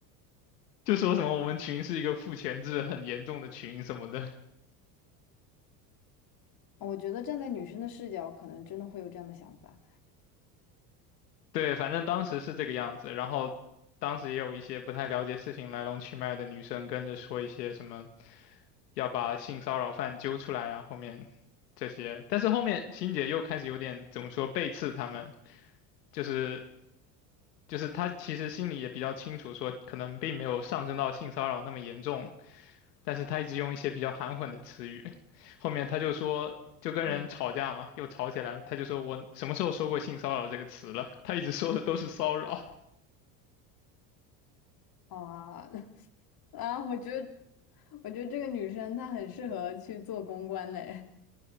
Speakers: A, on the left; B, on the left.
A: 就说什么我们群是一个父权制很严重的群什么的。
B: 我觉得站在女生的视角，可能真的会有这样的想法。
A: 对，反正当时是这个样子，然后当时也有一些不太了解事情来龙去脉的女生跟着说一些什么要把性骚扰犯揪出来啊，后面这些，但是后面欣姐又开始有点怎么说背刺他们，就是就是她其实心里也比较清楚，说可能并没有上升到性骚扰那么严重，但是她一直用一些比较含混的词语，后面她就说。就跟人吵架嘛，
B: 嗯
A: 又吵起来，她就说我什么时候说过性骚扰这个词了？她一直说的都是骚扰。
B: 啊 <laughs> 啊，我觉得我觉得这个女生她很适合去做公关嘞，